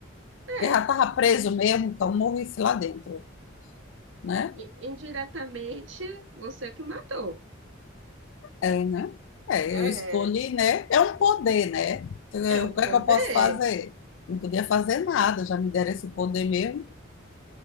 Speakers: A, on the left (about 70°); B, on the right (about 70°).
A: Porque
B: É,
A: já estava preso mesmo, então morresse lá dentro, né?
B: i- indiretamente você que matou.
A: É, né? É,
B: É,
A: eu escolhi, né? É um poder, né? Então,
B: é
A: eu-
B: um
A: O que
B: poder.
A: é que eu posso fazer? Não podia fazer nada, já me deram esse poder mesmo.